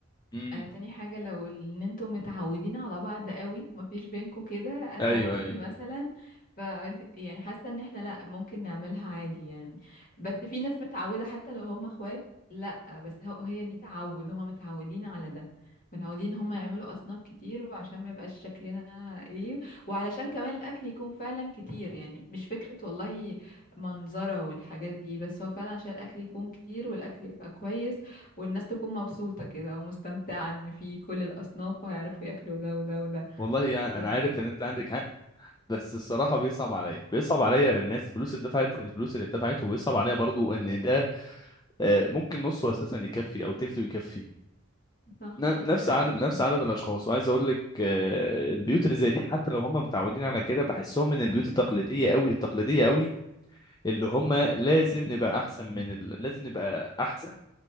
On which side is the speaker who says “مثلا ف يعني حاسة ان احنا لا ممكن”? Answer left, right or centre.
Left